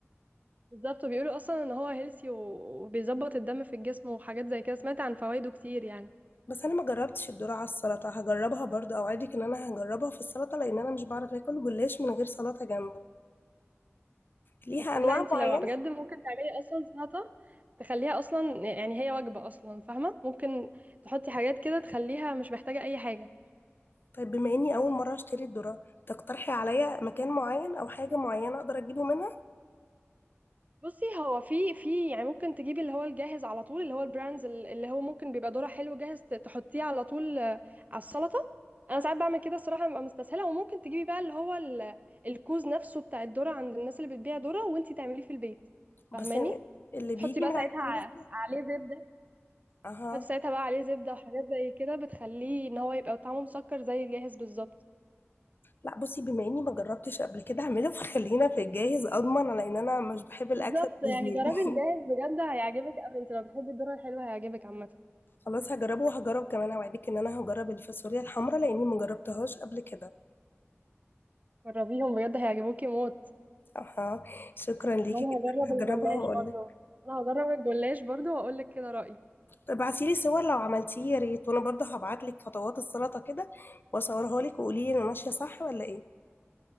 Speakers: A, on the right (about 35°); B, on the left (about 50°).
A: بالظبط وبيقولوا اصلا ان هو هيلثي و- وبيظبط الدم في الجسم وحاجات زي كده سمعت عن فوائده كتير يعني
B: بس انا ما جربتش الذره على السلطه هجربها برضه اوعدك ان انا هجربها في السلطه لان انا مش بعرف اكل جلاش من غير سلطه جنبه ليها
A: اوكي
B: انواع
A: لا انت
B: معينه
A: لو بجد ممكن تعملي اصلا سلطة تخليها اصلا يعني هي وجبة اصلا فاهمة ممكن تحطي حاجات كده تخليها مش محتاجة اي حاجة
B: طيب بما اني اول مره اشتري الذره تقترحي عليا مكان معين او حاجه معينه اقدر اجيبه منها
A: بصي هو في في يعني ممكن تجيبي اللي هو الجاهز على طول اللي هو البراندز ال- اللي هو ممكن بيبقى دورة حلو جاهز ت- تحطيه على طول آه، على السلطة انا ساعات بعمل كده الصراحة ببقى مستسهلة وممكن تجيبي بقى اللي هو ال- الكوز نفسه بتاع الذرة عند الناس اللي بتبيع ذرة وانتي تعمليه في البيت
B: بس
A: فاهماني
B: اللي
A: تحطي
B: بيجي
A: بقى
B: من
A: ساعتها
B: عند
A: ع-
B: الناس ده
A: عليه زبدة
B: اها
A: تحطي ساعتها بقى عليه زبدة وحاجات زي كده بتخليه ان هو يبقى طعمه مسكر زي الجاهز بالظبط
B: لا بصي بما اني ما جربتش قبل كده اعمله فخلينا في الجاهز اضمن على ان انا مش بحب الاكله
A: بالظبط
B: تبوظ
A: يعني
B: مني
A: جربي الجاهز بجد هيعجبك قوي انت لو بتحبي الذرة الحلوة هيعجبك عامة
B: <laughs> خلاص هجربه وهجرب كمان اوعدك ان انا هجرب الفاصوليا الحمراء لاني ما جربتهاش قبل كده
A: جربيهم بجد هيعجبوكي موت
B: اها شكرا ليكي
A: وانا
B: جدا
A: هجرب الجلاش
B: هجربها واقول
A: برضو
B: لك
A: انا هجرب الجلاش برضو واقول لك كده رأيي
B: ابعتي لي صور لو عملتيه يا ريت وانا برضه هبعت لك خطوات السلطه كده واصورها لك وقولي لي انا ماشيه صح ولا ايه